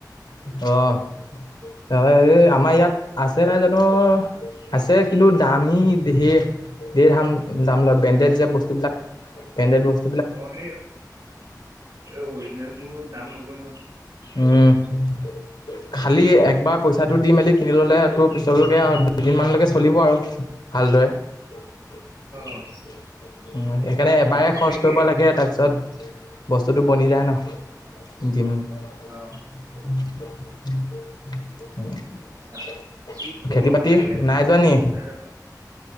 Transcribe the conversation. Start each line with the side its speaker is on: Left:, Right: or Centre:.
Left: অ' তাৰপৰা এই আমাৰ ইয়াত আছে নাই জানো? আছে কিন্তু দামী ধেৰ-ধেৰ, দাম দাম লয় ব্ৰেণ্ডেড যে বস্তুবিলাক। বেণ্ডেট বস্তু
Right: অ' সেই অৰিজিনেল বোৰ দাম লবই ন।
Left: উম' খালি একবাৰ পইচাটো দি মেলি কিনি ললে তোৰ পিছলৈকে দুইদিন মানলৈকে চলিব আৰু। ভালদৰে উম,
Right: অঁ
Left: সেইকাৰণে এবাৰে
Right: সেই তেনেকেই
Left: খৰচ কৰিব
Right: কথাটো
Left: লাগে তাৰপিছত বস্তুটো বনি যায় ন, দিম
Right: অঁ
Left: <unintelligible>
Right: আচ্ছা সি খোলৰ
Left: খেতি বাতি
Right: মাত আহি আছে
Left: নাই
Right: যে
Left: যোৱা নি?
Right: তোৰ চাইডৰ পৰা